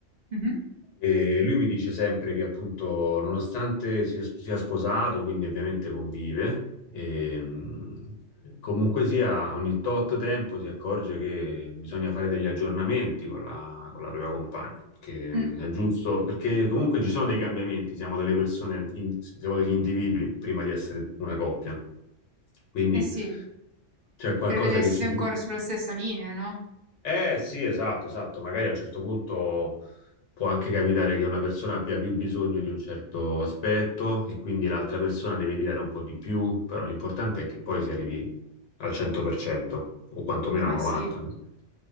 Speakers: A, on the right; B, on the left.
A: Mhm.
B: e lui mi dice sempre che appunto nonostante sia, sia sposato, quindi ovviamente convive, e, mh, comunque sia ogni tot tempo si accorge che bisogna fare degli aggiornamenti con la, con la propria compagna, che
A: Mm.
B: è giusto perché comunque ci sono dei cambiamenti, siamo delle persone, in- siamo degli individui prima di essere una coppia. Quindi
A: Eh sì.
B: c'è qualcosa
A: Per vedere
B: che
A: se sei
B: ci...
A: ancora sulla stessa linea, no?
B: Eh sì, esatto, esatto. Magari a un certo punto può anche capitare che una persona abbia più bisogno di un certo aspetto e quindi l'altra persona deve tirare un po' di più, però l'importante è che poi si arrivi al 100% o quantomeno
A: Ma
B: al 90%.
A: sì.